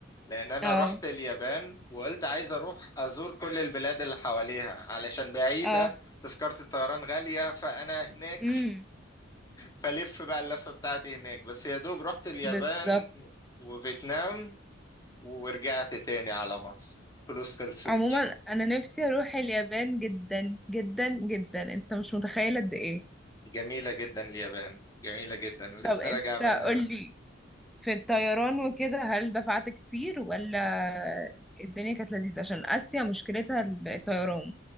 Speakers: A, on the left (about 20°); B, in the centre.
A: لان انا
B: اه
A: رحت اليابان وقلت عايز اروح ازور كل البلاد اللي حواليها علشان بعيدة
B: اه
A: تذكرة الطيران غالية فانا هناك
B: امم
A: فلف بقى اللفة بتاعتي هناك بس يا دوب رحت اليابان
B: بالظبط
A: وفيتنام ورجعت تاني على مصر فلوس خلصت
B: عموما انا نفسي اروح اليابان جدا جدا جدا انت مش متخيل قد ايه
A: جميلة جدا اليابان جميلة جدا لسه
B: طب انت
A: راجع منها
B: قولي في الطيران وكده هل دفعت كتير ولا الدنيا كانت لذيذة عشان اسيا مشكلتها الطيران